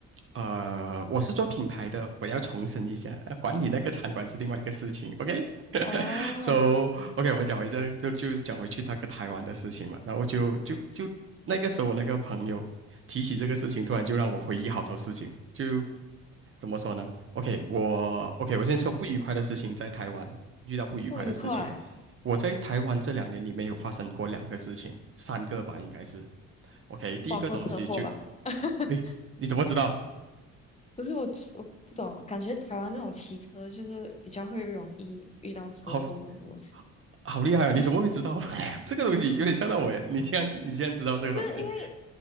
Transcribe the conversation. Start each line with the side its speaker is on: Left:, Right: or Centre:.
Right: 呃，我是做品牌的，我要重申一下，呃管理那个餐馆是另外一个事情，OK？So
Left: 哦，
Right: <laughs> OK，我们讲回这就就讲回去那个台湾的事情嘛，然后就就就那个时候我那个朋友提起这个事情，突然就让我回忆好多事情，就怎么说呢？OK，我 OK，我先说不愉快的事情，在台湾遇到不愉快的事情，
Left: 不愉快，
Right: 我在台湾这两年里面有发生过两个事情，三个吧应该是。OK，
Left: 不包括车祸吧？
Right: 第一个东西就，
Left: <laughs>
Right: 诶，你怎么知道？
Left: 不是我，我不懂，感觉台湾这种骑车就是比较会容易遇到车祸这种东西。
Right: <laughs> 好，好厉害啊！你怎么会知道 <laughs> 这个东西？有点吓到我耶！你竟然你竟然知道这个东西？
Left: 不是因为